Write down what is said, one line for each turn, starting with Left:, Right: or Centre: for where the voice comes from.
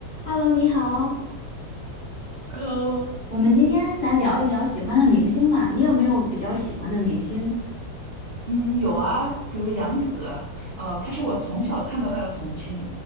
Left: Hello，你好，
Right: Hello，
Left: 我们今天来聊一聊喜欢的明星嘛，你有没有比较喜欢的明星？
Right: 嗯，有啊，比如杨紫啊，呃，她是我从小看到大的童星，